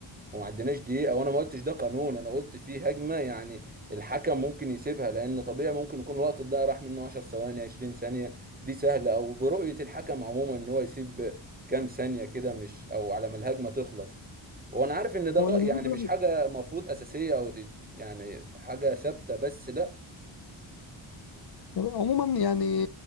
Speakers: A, on the right (about 20°); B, on the left (about 55°).
A: وما عديناش دقيقة وانا ما قلتش ده قانون انا قلت فيه هجمة يعني الحكم ممكن يسيبها لان طبيعي ممكن يكون الوقت الضايع راح منه 10 ثواني 20 ثانية دي سهلة او برؤية الحكم عموما ان هو يسيب كام ثانية كده مش او على ما الهجمة تخلص وانا عارف ان ده
B: هو
A: غ-
B: اللي بيريد
A: يعني
B: ضربة-
A: مش حاجة مفروض اساسية او تت... يعني حاجة ثابتة بس لا
B: الجزاء. عموما يعني